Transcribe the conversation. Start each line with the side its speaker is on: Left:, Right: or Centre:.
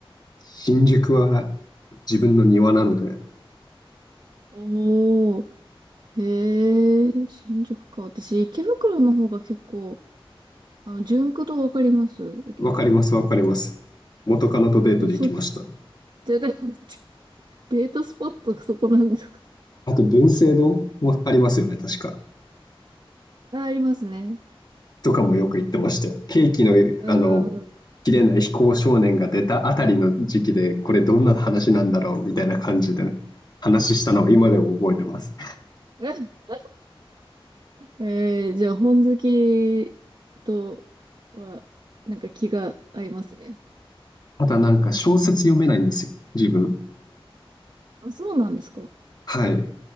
Left: 新宿は自分の庭なので、
Right: おー、ええ新宿か。私、池袋の方が結構、あの、ジュンク堂わかります池袋。
Left: わかります、わかります。元カノとデートで行きました。
Right: そう、そっちが、<laughs> デートスポットがそこなんですか。
Left: あと、文政堂もありますよね、確か。
Right: あ、ありますね。
Left: とかもよく行ってましたよ。ケーキの、
Right: うん。
Left: あの、切れない非行少年が出たあたりの時期で、これどんな話なんだろうみたいな感じで話したのを今でも覚えてます。
Right: <laughs> ええじゃあ、本好きとは、なんか気が合いますね。
Left: まただなんか小説読めないんですよ、自分。
Right: あ、そうなんですか。
Left: はい。